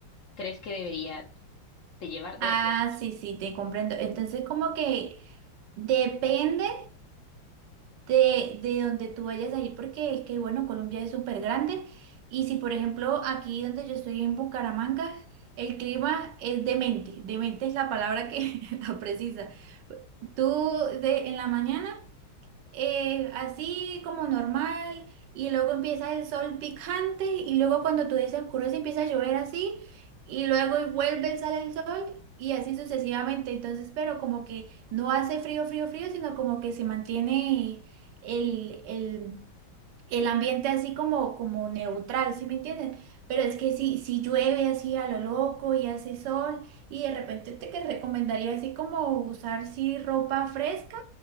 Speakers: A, on the left; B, on the right.
A: crees que debería de llevar de
B: Ah,
A: ropa?
B: sí, sí, te comprendo. Entonces, como que depende de, de donde tú vayas a ir, porque es que, bueno, Colombia es súper grande. Y si, por ejemplo, aquí donde yo estoy en Bucaramanga, el clima es demente. Demente es la palabra que <laughs> la precisa. Tú de, en la mañana eh, así como normal y luego empieza el sol picante y luego cuando tú oscurece empieza a llover así y luego vuelve, sale el sol y así sucesivamente. Entonces, pero como que no hace frío, frío, frío, sino como que se mantiene el, el, el ambiente así como, como neutral, ¿sí me entiendes? Pero es que si, si llueve así a lo loco y hace sol y de repente te que recomendaría así como usar sí ropa fresca,